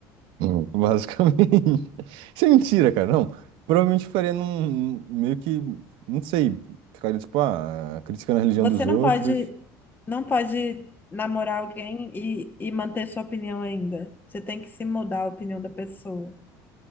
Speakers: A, on the right; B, on the left.
A: Hum. Basicamente. <laughs> Isso é mentira, cara. Não. Provavelmente eu ficaria num. Meio que. Não sei. Ficaria, tipo, ah, criticando a religião
B: Você
A: dos outros.
B: não pode, não pode namorar alguém e, e manter sua opinião ainda. Você tem que se mudar a opinião da pessoa.